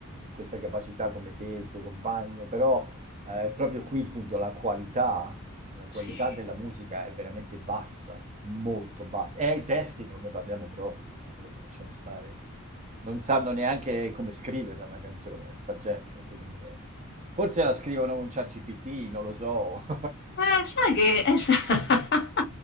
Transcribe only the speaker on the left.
Sì.
Eh, sai che è sa- <laughs>